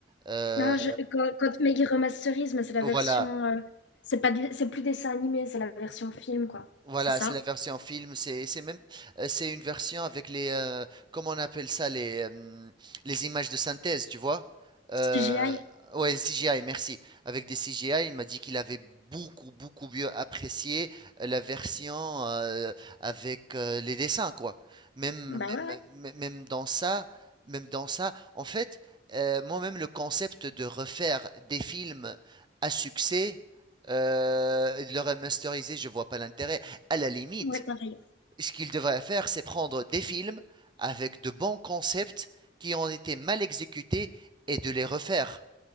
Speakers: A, on the right (about 25°); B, on the left (about 85°).
A: Euh,
B: Là, je- quand, quand Maggie remasterise, mais c'est la
A: voilà.
B: version. euh, c'est pas du- c'est plus dessin animé, c'est la version film, quoi.
A: Voilà,
B: C'est ça?
A: c'est la version film. C'est c'est même euh, c'est une version avec les euh, comment on appelle ça les euh, les images de synthèse, tu vois? Euh,
B: CGI?
A: ouais, CGI, merci. Avec des CGI, il m'a dit qu'il avait beaucoup beaucoup mieux apprécié euh, la version euh, avec euh, les dessins quoi. Même
B: Bah
A: même
B: ouais, ouais,
A: même même dans ça, même dans ça, en fait, euh, moi-même le concept de refaire des films à succès, euh, et de le remasteriser, je vois pas l'intérêt. À la limite,
B: ouais, pareil.
A: ce qu'il devrait faire, c'est prendre des films avec de bons concepts qui ont été mal exécutés et de les refaire.